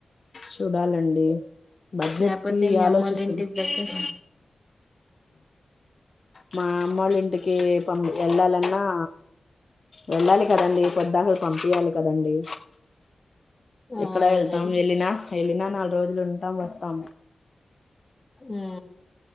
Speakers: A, on the left (about 55°); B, on the left (about 25°).
A: చూడాలండి బడ్జెట్
B: లేకపోతే
A: కి
B: మీ
A: ఆలోచిస్తుం
B: అమ్మోళ్ళింటికి దగ్గర
A: మా అమ్మోళ్ళ ఇంటికి పం వెళ్ళాలని ఆ వెళ్ళాలి కదండి పొద్దాకులు పంపియాలి కదండి.
B: ఆ!
A: ఎక్కడ
B: అవునండి.
A: వెళ్తాం వెళ్ళినా వెళ్ళినా నాలుగు రోజులు ఉంటాం వస్తాము.
B: ఉ